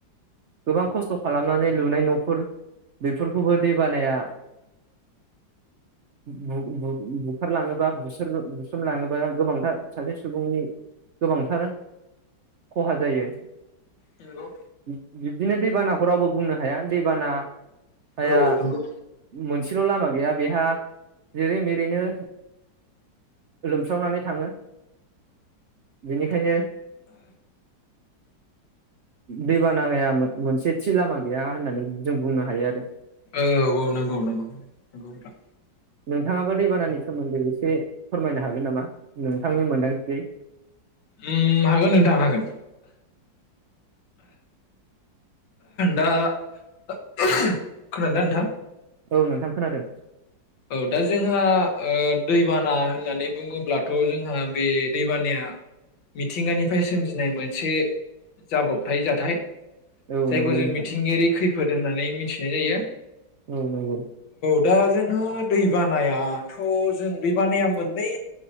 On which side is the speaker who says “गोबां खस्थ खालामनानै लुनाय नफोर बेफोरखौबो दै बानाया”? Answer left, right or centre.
Right